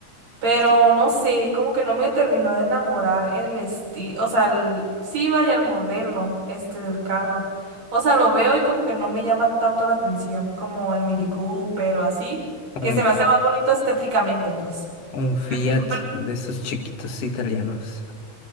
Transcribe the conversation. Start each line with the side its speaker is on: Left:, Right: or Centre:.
Right: pero
Left: Sí.
Right: no sé, como que no me terminó de enamorar el estilo, o sea, el, sí vaya el modelo este del carro. O sea, lo veo y como que no me llama tanto la atención como el Mini Cooper o así, que
Left: Un,
Right: se
Left: F-
Right: me hace más bonito estéticamente, pues.
Left: un Fiat
Right: El Mini Cooper
Left: de esos chiquitos italianos.